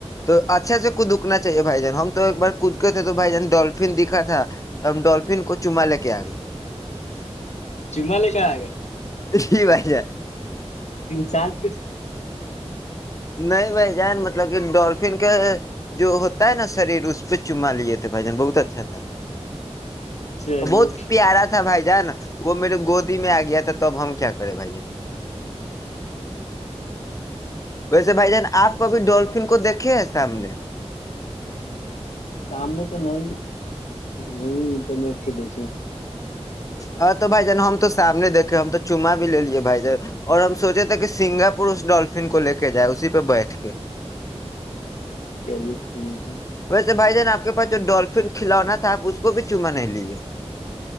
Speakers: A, on the left; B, on the left.
A: تو اچھا سے خود اکنا چاہیے بھائی جان ہم تو ایک بار کودتے تھے تو بھائی جان ڈولفن دکھا تھا تو ہم ڈولفین کو چما لے کے آگ
B: چمالے کیا گے
A: یہی بات ہے
B: چال
A: نہیں بھائی جان مت لیکن ڈولفن کا جو ہوتا ہے نا شریر اس پہ چما لیے تھے بھائی جان بہت اچھا تھا
B: چلیے
A: بہت پیارا تھا بھائی ج نا وہ میرے گودی میں آ گیا تھا تب ہم کیا کرے بھائی
B: ہوں <unintelligible>
A: ویسے بھائی جان آپ کبھی ڈولفن کو دیکھے ہیں سامنے
B: سام میں تو نہیں وہ انٹرنیٹ چھٹے
A: ہاں تو بھائی جان ہم تو سامنے دیکھے ہم تو چوما بھی لے لیے بھائی جان اور ہم سوچے تھے کہ سنگاپور اس ڈولفن کو لے کے جائے اسی پہ بیٹھ کے
B: چلیو ہوں
A: ویسے بھائی جن آپ کے پاس جو ڈولفن کھلوا تھا آپ اس کو بھی چما نہیں لیے